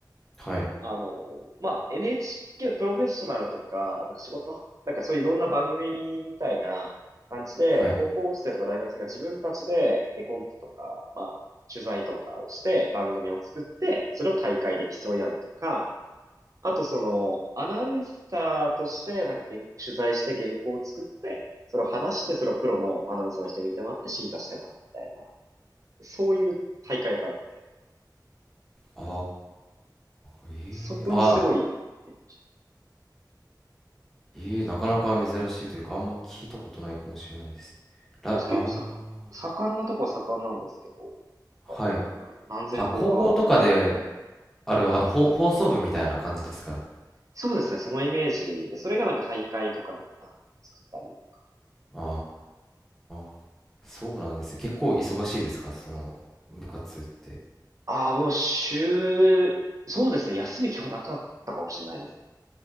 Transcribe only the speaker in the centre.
はい、
はい。
あー、えー、
あ
えー、なかなか珍しいというか、あんま聞いたことないかもしれないです。ら、
あー、
はい。
あ、高校とかで、あれあの、ほ放送部みたいな感じですかね。
ああ、そうなんですね。結構忙しいですか、その部活って。